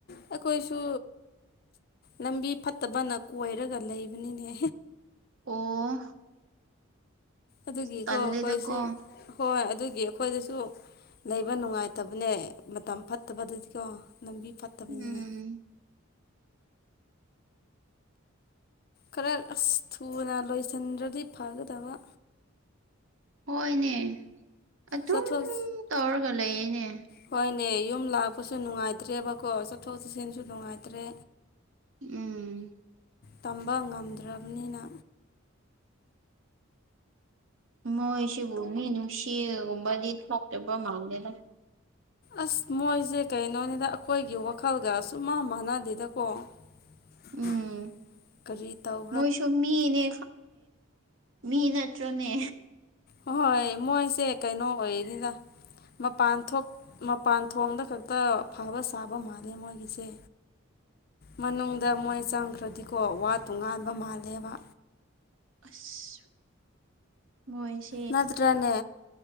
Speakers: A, on the left; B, on the right.
A: ꯑꯩꯈꯣꯏꯁꯨ ꯂꯝꯕꯤ ꯐꯠꯇꯕꯅ ꯀꯣꯏꯔꯒ ꯂꯩꯕꯅꯤꯅꯦ
B: ꯑꯣ
A: ꯑꯗꯨꯒꯤꯀꯣ
B: ꯇꯜꯂꯦꯗꯀꯣ
A: ꯑꯩꯈꯣꯏꯁꯨ ꯍꯣꯏ ꯑꯗꯨꯒꯤ ꯑꯩꯈꯣꯏꯗꯁꯨ ꯂꯩꯕ ꯅꯨꯡꯉꯥꯏꯇꯕꯅꯦ ꯃꯇꯝ ꯐꯠꯇꯕ ꯑꯗꯨꯗꯤꯀꯣ ꯂꯝꯕꯤ ꯐꯠꯇꯕꯅꯤꯅ
B: ꯎꯝ
A: ꯈꯔ ꯑꯁ ꯊꯨꯅ ꯂꯣꯏꯁꯤꯟꯈꯔ꯭ꯗꯤ ꯐꯒꯗꯧꯕ
B: ꯍꯣꯏꯅꯦ ꯑꯗꯨꯝ
A: ꯆꯠꯊꯣꯛ
B: ꯇꯧꯔꯒ ꯂꯩꯌꯦꯅꯦ
A: ꯍꯣꯏꯅꯦ ꯌꯨꯝ ꯂꯥꯛꯄꯁꯨ ꯅꯨꯡꯉꯥꯏꯇ꯭ꯔꯦꯕꯀꯣ ꯆꯠꯊꯣꯛ ꯆꯠꯁꯤꯟꯁꯨ ꯅꯨꯡꯉꯥꯏꯇ꯭ꯔꯦ
B: ꯎꯝ
A: ꯇꯝꯕ ꯉꯝꯗ꯭ꯔꯕꯅꯤꯅ
B: ꯃꯣꯏꯁꯤꯕꯨ ꯃꯤ ꯅꯨꯡꯁꯤꯒꯨꯝꯕꯗꯤ ꯊꯣꯛꯇꯕ ꯃꯗꯦꯗ
A: ꯑꯁ ꯃꯣꯏꯁꯦ ꯀꯩꯅꯣꯅꯤꯗ ꯑꯩꯈꯣꯏꯒꯤ ꯋꯥꯈꯜꯒ ꯁꯨꯡꯃꯥꯟ ꯃꯥꯟꯅꯗꯦꯗꯀꯣ <unintelligible>
B: ꯎꯝ
A: <inaudible> ꯀꯔꯤ ꯇꯥꯎ
B: ꯃꯣꯏꯁꯨ ꯃꯤꯅꯦ ꯃꯤ ꯅꯠꯇ꯭ꯔꯣꯅꯦ
A: ꯍꯣꯏ ꯃꯣꯏꯁꯦ ꯀꯩꯅꯣ ꯑꯣꯏꯅꯤꯅ ꯃꯄꯥꯟ ꯊꯣꯛ ꯃꯄꯥꯟ ꯊꯣꯡꯗ ꯈꯛꯇ ꯐꯕ ꯁꯥꯕ ꯃꯥꯜꯂꯦ ꯃꯣꯏꯒꯤꯁꯦ ꯃꯅꯨꯡꯗ ꯃꯣꯏ ꯆꯪꯈ꯭ꯔꯗꯤꯀꯣ ꯋꯥ ꯇꯣꯉꯥꯟꯕ ꯃꯥꯜꯂꯦꯕ
B: ꯑꯁ ꯃꫭꯏꯁ‌ꯦ
A: ꯅꯠꯇ꯭ꯔꯥꯅꯦ